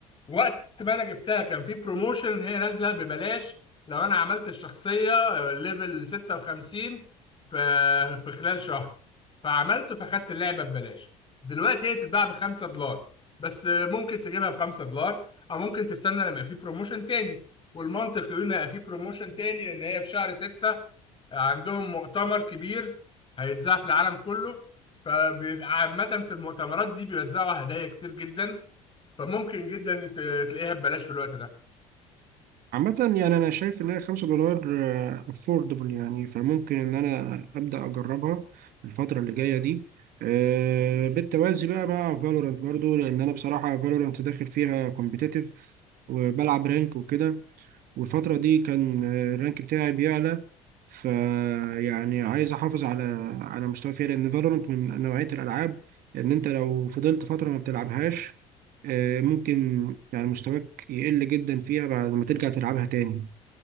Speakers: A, on the left (about 30°); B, on the right (about 65°).
A: وقت ما انا جبتها كان في بروموشن هي نازله ببلاش لو انا عملت الشخصيه آه، ليفل 56 في في خلال شهر فعملته فخدت اللعبه ببلاش دلوقتي هي بتتباع ب 5 دولار بس آه، ممكن تجيبها ب 5 دولار او ممكن تستنى لما يبقى في بروموشن تاني والمنطق يقول ان هيبقى في بروموشن تاني لان هي في شهر 6 عندهم مؤتمر كبير هيتذاع في العالم كله فعامة في المؤتمرات دي بيوزعوا هدايا كتير جدا فممكن جدا يت- تلاقيها ببلاش في الوقت ده
B: عامة يعني أنا شايف إن هي خمسة دولار أفوردبل يعني فممكن إن أنا أبدأ أجربها الفترة اللي جاية دي آه، بالتوازي بقى مع فالورانت برضو لأن أنا بصراحة فالورانت داخل فيها كومبيتيتيف وبلعب رانك وكده والفترة دي كان الرانك بتاعي بيعلى فيعني عايز احافظ على على مستوى فيها لان فالورانت من نوعية الالعاب ان انت لو فضلت فترة ما بتلعبهاش آه، ممكن يعني مستواك يقل جدا فيها بعد ما ترجع تلعبها تاني